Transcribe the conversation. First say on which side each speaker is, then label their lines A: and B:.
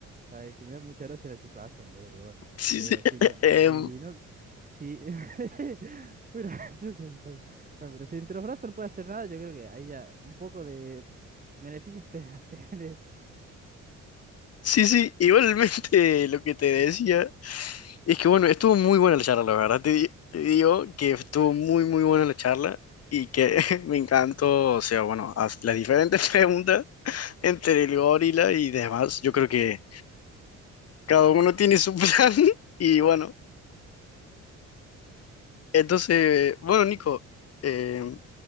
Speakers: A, on the right; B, on the left.
A: Ay, es que me da mucha gracia la situación, boludo, pero bueno.
B: Sí,
A: Pero
B: sí, <laughs>
A: si no,
B: em,
A: si no, si. <laughs> Muy graciosa la situación. Bueno, pero si entre los brazos no puede hacer nada, yo creo que ahí ya un poco de beneficios te <laughs> tenés.
B: sí, sí, igualmente lo que te decía Es que bueno, estuvo muy buena la charla, la verdad. Te, di- te digo que estuvo muy, muy buena la charla y que <laughs> me encantó, o sea, bueno, haz las diferentes <laughs> preguntas entre el gorila y demás. Yo creo que cada uno tiene su <laughs> plan y bueno, entonces, bueno, Nico, eh,